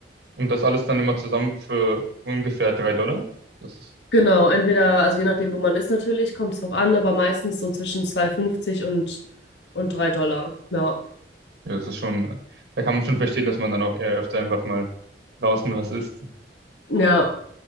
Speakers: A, on the right; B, on the left.
A: Und das alles dann immer zusammen für ungefähr drei Dollar. Das ist,
B: Genau, entweder, also je nachdem, wo man ist natürlich, kommt es drauf an, aber meistens so zwischen zwei fünfzig und, und 3 Dollar. Ja,
A: ja, das ist schon, da kann man schon verstehen, dass man dann auch eher öfter einfach mal draußen was isst.
B: ja,